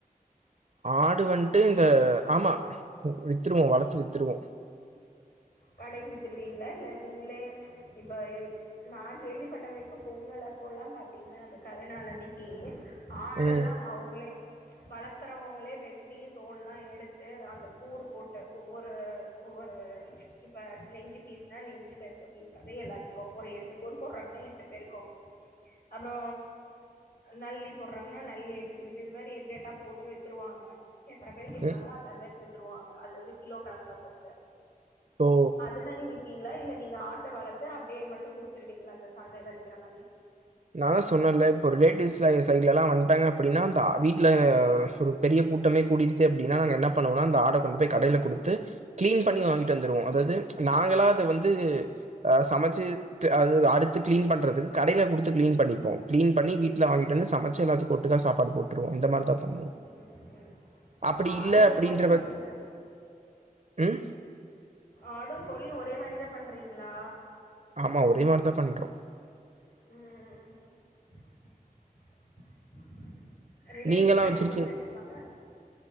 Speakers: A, on the right; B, on the left.
A: ஆடு வன்ட்டு இந்த ஆமா வித்துருவோ வளத்து வித்துருவோ
B: கடக்கி வித்திருவீங்ளா இல்ல நீங்ளே இப்ப நா கேள்விப்பட்டவரைக்கூ பொங்கலப்போல்லா பாத்தீங்ன்னா இந்த கருணாளன்னைக்கி ஆடெல்லா
A: ம்
B: அவுங்களே வளக்கறவுங்களே வெட்டி தோல்லா எடுத்து அந்த கூறு போட்டு ஒவ்வொரு ஒவ்வொருவ இப்ப நெஞ்சு பீஸ்னா நெஞ்சுல இருக்க பீஸ் வந்து எல்லாத்துக்கூ ஒரு எட்டு கூர் போட்றாங்கன்னா எட்டு பேருக்கூ அப்றோ நல்லி போட்றாங்கன்னா நல்லி எட்டு பீசு இது மாறி எட்டு எட்டா போட்டு வித்துருவாங்க எத்தன பேரு கேக்றாங்களோ
A: ம்
B: அத்தன பேருக்கு வித்ருவாங்க அது வந்து கிலோ கணக்குல போட்டு
A: ஓ
B: அது மாறி விப்பீங்ளா இல்ல நீங்க ஆட்ட வளத்து அப்டியே மட்டு குடுத்துருவீங்ளா இந்த சந்தையில விக்கிற மாறி
A: நா தா சொன்னல்ல இப்போ ரிலேட்டிவ்ஸ்லா எங்க சைட்லலா வன்ட்டாங்க அப்டின்னா ஆ வீட்ல பெரிய கூட்டமே கூடிடுச்சு அப்டின்னா நாங்க என்ன பண்ணுவோனா அந்த ஆட கொண்டு போய் கடையில குடுத்து க்ளீன் பண்ணி வாங்கிட்டு வந்துருவோ அதாவ்து நாங்களா அத வந்து ஆ சமச்சுத்து அது அடுத்து க்ளீன் பண்றதுக்கு கடையில குடுத்து து க்ளீன் பண்ணிப்போ க்ளீன் பண்ணி வீட்ல வாங்கிட்டு வந்து ச சமச்சு எல்லாத்துக் ஒட்டுகா சாப்பாடு போட்டுருவோ இந்த மாறிதா பன்னுவோ
B: ம் சேரி
A: அப்டி
B: அப்ப
A: இல்ல
B: ஆடு
A: அப்டின்ற
B: கோழியு
A: பச்
B: ஒரே
A: ம்
B: ஆடுங் கோழியு ஒரே மாறிதா பண்றீங்ளா
A: ஆமா ஒரேமாறிதா பண்றோ
B: ம் ரிலேட்டிவ்னா
A: நீங்கல்லா வச்சிருக்கீங்
B: எவ்ளோ பேர் இருக்காங்க